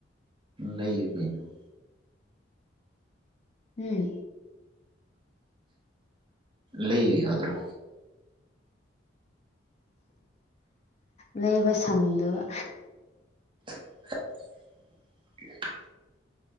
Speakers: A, on the right; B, on the left.
A: ꯂꯩꯌꯨ ꯀꯩꯅꯣ
B: ꯎꯝ
A: ꯂꯩ ꯌꯥꯗ꯭ꯔꯣ
B: ꯂꯩꯕ ꯁꯪꯗꯕ
A: ꯍꯥ ꯑ